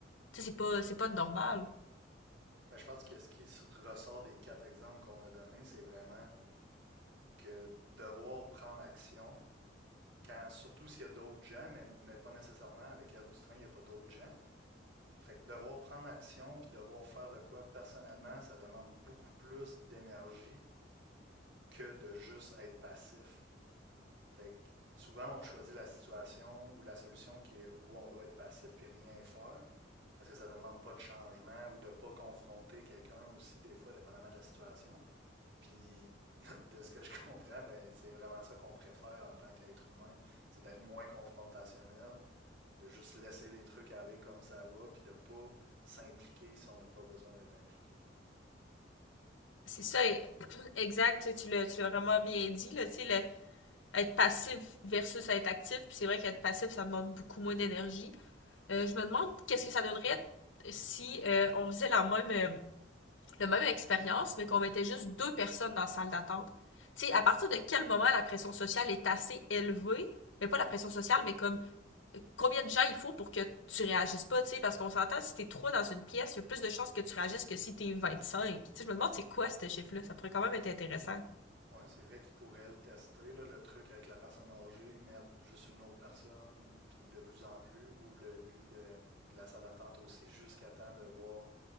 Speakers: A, on the left (about 85°); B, on the right (about 80°).
A: Tu sais, c'est pas, c'est pas normal.
B: Mais je pense que ce qui ressort des quatre exemples qu'on a donnés, c'est vraiment que devoir prendre action, quand, surtout s'il y a d'autres gens, mais, mais pas nécessairement avec elle du train, il n'y a pas d'autres gens. Fait que devoir prendre action puis devoir faire de quoi personnellement, ça demande beaucoup plus d'énergie que de juste être passif. Fait que souvent, on choisit la situation ou la solution qui est- où on doit être passif puis rien faire parce que ça demande pas de changement ou de pas confronter quelqu'un aussi, des fois, dépendamment de la situation. Puis, <laughs> de ce que je comprends, ben, c'est vraiment ça qu'on préfère en tant qu'être humain, c'est d'être moins confrontationnel, de juste laisser les trucs aller comme ça va, puis de pas s'impliquer si on n'a pas besoin d'être impliqué.
A: C'est ça, <clears throat> exact. tu Tu l'as, tu l'as vraiment bien dit, là, tu sais, le- être passif versus être actif. Puis c'est vrai qu'être passif, ça demande beaucoup moins d'énergie. Euh, je me demande qu'est-ce que ça donnerait si euh, on faisait la même, euh, le même expérience, mais qu'on mettait juste deux personnes dans la salle d'attente. Tu sais, à partir de quel moment la pression sociale est assez élevée, mais pas la pression sociale, mais comme euh, combien de gens il faut pour que tu réagisses pas, tu sais, parce qu'on s'entend, si t'es trois dans une pièce, il y a plus de chances que tu réagisses que si t'es vingt cinq Tu sais, je me demande c'est quoi ce chiffre-là, ça pourrait quand même être intéressant.
B: Ouais, c'est vrai qu'ils pourraient le tester, là, le truc avec la personne âgée, mettre juste une autre personne, puis de plus en plus, ou le, lui de, de la salle d'attente aussi, jusqu'à temps de voir